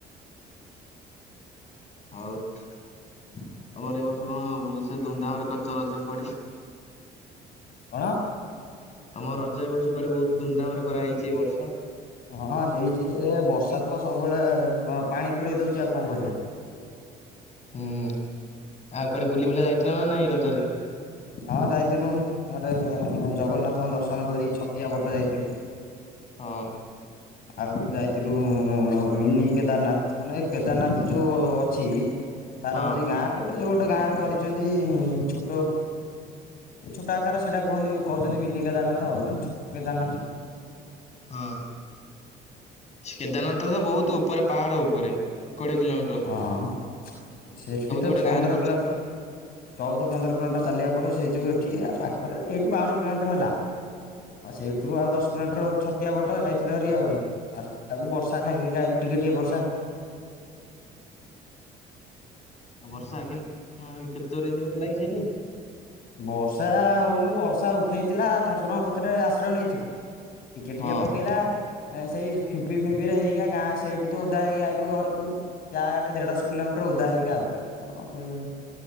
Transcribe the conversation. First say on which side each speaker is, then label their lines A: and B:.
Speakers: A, on the left; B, on the left.
A: ଆଉ ଆମର ଏ ବର୍ଷ କଣ ଭଲସେ ଧୁମଧାମ ରେ କରଚ ରଜ କୁଆଡେ?
B: କଣ?
A: ତମ ରଜ ଏ ବର୍ଷ କୁଆଡେ ବହୁତ ଧୁମଧାମ ରେ କରା ହେଇଚି ଏ ବର୍ଷ?
B: ହଁ ହେଇଚି ଯେ ବର୍ଷା ତ ସବୁବେଳେ ପାଣି ପୁରେଇ ଦୋଉଚି ଆଉ କଣ କରିବା।
A: ହୁଁ ଆଉ କୁଆଡେ ବୁଲି ବୁଲା ଯାଇଥିଲ ନା ନାଇଁ ରଜରେ?
B: ହଁ ଯାଇଥିଲୁ ହ୍ୟାଡେ ଜଗନ୍ନାଥଙ୍କ ଦର୍ଶନ କରି ଛତିଆ ପଟ ଯାଇଥିଲୁ।
A: ହଁ
B: ଆଉ ଯାଇଥିଲୁ ମିନି କେଦାରନାଥ। ମାନେ କେଦାରନାଥ ଯୋଉ ଅଛି। ତାର
A: ହଁ
B: ହୋଉଚି ଗାଁରେ ଗୋଟେ ଗୋଟେ ଗାଁରେ କରିଚନ୍ତି ଛୋଟ। ଛୋଟ ଆକାର ସେଇଟା କୁହନ୍ତି କହୁଚନ୍ତି ମିନି କେଦାରନାଥ ଆଉ ଛୋଟ କେଦାରନାଥ।
A: ହଁ ସେ କେଦାରନାଥ ତ ବହୁତ ଉପରେ ପାହାଡ ଉପରେ। କୋଡିଏ କିଲୋମି
B: ହଁ ସେଠି ତ
A: ଗୋଟେ
B: ପନ୍ଦର
A: ଗାଁରେ କରୁଛନ୍ତି
B: କିଲ
A: ଆଉ।
B: ଚଉଦ ପନ୍ଦର କିଲୋମିଟର ଚାଲିବାକୁ ପଡ଼ିବ ସେଇ ଯୋଉ ଏଠି ପାଖରେ। ଏଇଠୁ ବାଉନ କିଲୋମିଟର ହେଲା। ହଁ ସେଇଠୁ ଆଉ ଦଶ କିଲୋମିଟର ଛତିଆ ପଟ ଯାଇଥିଲୁ ଆରି ଆଉ। ଆସ ତାକୁ ବର୍ଷା ଖାଇ ଖାଇକା ଖାଇଲୁ ଟିକେ ଟିକେ ବର୍ଷା।
A: ଆଉ ବର୍ଷା କେମ କେତେ ଚୋର ଏମତି ହୋଉଥିଲା କି ସେଇଠି?
B: ବର୍ଷା ହୋଉନି ବର୍ଷା ଉଠେଇଥିଲା ଠାକୁରଙ୍କ କତିରେ ଆଶ୍ରୟ ନେଇଥିଲି। ଟିକେ ଟିକେ
A: ହଁ
B: ପକେଇଲା। ସେଇ ଫିପି ଫିମ୍ପିରେ ହେଇଗା ଗାଁ ସେଇଠୁ ତ ଉଦା ହେଇକି ଆସଲୁ ଘରକୁ ଯାହା ଗଟା ଦେଢଶହ କିଲୋ ଟ ଉଦା ହେଇକି ଆାଉଥିଲୁ କଣ କହିବୁ।